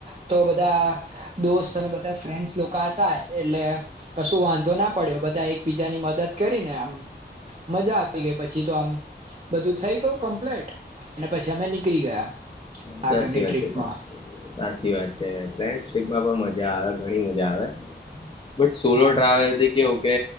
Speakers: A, on the right (about 35°); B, on the left (about 25°).
A: તો બધા દોસ્ત અને બધા ફ્રેન્ડ લોકો હતા એટલે કશું વાંધો ના પડ્યો બધા એક બીજાની મદદ કરીને આમ મજા થ ગઈ પછી તો આમ બધું થઇ ગયું કમ્પ્લેટ. અને પછી અમે નીકળી ગયા.
B: સાચી
A: આગળની
B: વાત
A: ટ્રીપમાં
B: છે સાચી વાત. <unintelligible> માં પણ મજ મજા આવે ઘણી મજા આવે. બટ સોલો
A: હા.
B: ટ્રાવેલ થી કેવું કે